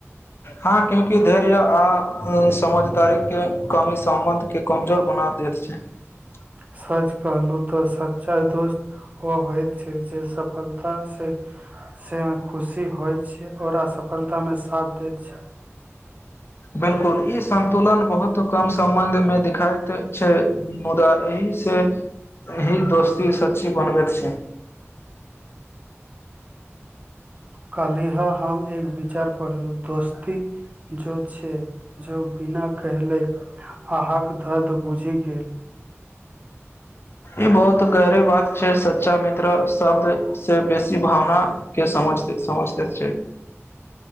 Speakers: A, on the left; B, on the right.
A: हँ क्यूकि धैर्य आ समझदारीके कमी सम्बन्धके कमजोर बना दैत छै। <unintelligible>
B: सच कहलहु तऽ सच्चा दोस्त ओ होइत छै जे सफलता से- से। खुशी होइ छै और असफल। ा मे साथ दैत छै।
A: बिलकुल ई संतुलन बहुत कम सम्बन्ध मे दिखाइत छै मुदा एहि से एहि दोस्ती सच्ची बनबैत छै।
B: कालीह हम एक विचार पहलु दस्ती ज छै जो बिना कहले अहक दर्द बुझि गेल।
A: ई बहुत गहरी बात छै सच्चा मित्र शब्दसँ बेसी भावनााके समझतै-समझतैत छै।